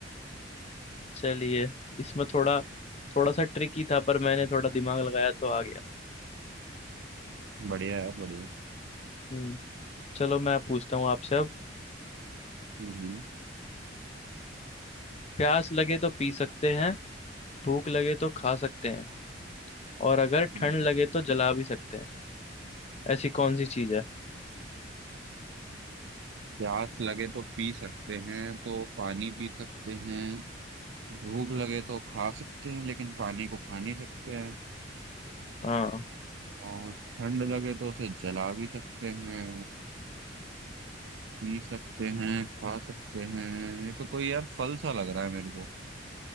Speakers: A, on the left; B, on the right.
A: चलिए इसमें थोड़ा थोड़ा सा ट्रिकी था पर मैंने थोड़ा दिमाग लगाया तो आ गया
B: बढ़िया है बढ़िया
A: हम्म चलो मैं पूछता हूँ आपसे अब
B: हम्म हम्म।
A: प्यास लगे तो पी सकते हैं भूख लगे तो खा सकते हैं और अगर
B: हम्म।
A: ठंड लगे तो जला भी सकते हैं ऐसी कौन सी चीज है
B: प्यास लगे तो पी सकते हैं तो पानी पी सकते हैं भूख लगे तो खा सकते हैं लेकिन पानी को खा नहीं सकते हैं
A: हाँ
B: और ठंड लगे तो उसे जला भी सकते हैं पी सकते हैं खा सकते हैं ये तो कोई यार फल सा लग रहा है मेरे को